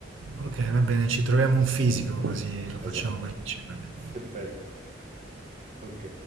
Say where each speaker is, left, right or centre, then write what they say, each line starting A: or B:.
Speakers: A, on the right (about 85°); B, on the right (about 40°).
A: Ok, va bene, ci troviamo un fisico così lo
B: Esatto.
A: facciamo partecipare.
B: <laughs> Perfetto. Ok.